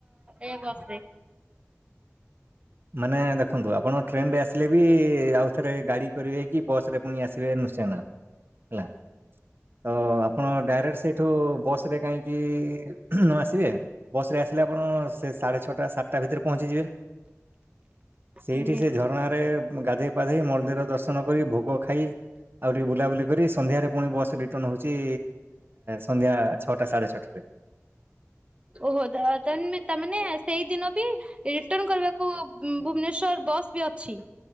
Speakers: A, on the right; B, on the right.
A: ୟା ବସରେ।
B: ମାନେ ଦେଖନ୍ତୁ ଆପଣ ଟ୍ରେନ୍ ରେ ଆସିଲେ ବି ଆଉଥରେ ଗାଡ଼ି କରିବେ କି ବସ୍ ପୁଣି ଆସିବେ ନୃଶିଙ୍ଗନାଥ ହେଲା ତ ଆପଣ ଡାଇରେକ୍ଟ ସେଇଠୁ ବସ୍ ରେ କାହିଁକି। ଆସିବେ ବସ ରେ ଆସିଲେ ଆପଣ ସାଢେ ଛଅଟ ସାତଟା ଭିତରେ ପହଞ୍ଚିଯିବେ। ସେଇଠି
A: ଆଜ୍ଞା
B: ସେ
A: ଆଜ୍ଞା।
B: ଝରଣାରେ ଗାଧେଇ ପାଧେଇ ମନ୍ଦିର ଦର୍ଶନ କରି ଭୋଗ ଖାଇ ଆଉ ବୁଲା ବୁଲି କରିବେ ସନ୍ଧ୍ୟାରେ ପୁଣି ବସ୍ ରିଟରନ୍ ହେଉଛି ସନ୍ଧ୍ୟା ଛଅଟା ସାଢେ ଛଅଟା ରେ।
A: ଓହୋ ତାନେ ତାମାନେେ ସେଇଦିନ ବି ରିଟରନ୍ କରିବାକୁ ଭୁବନେଶ୍ଵର ବସ୍ ବି ଅଛି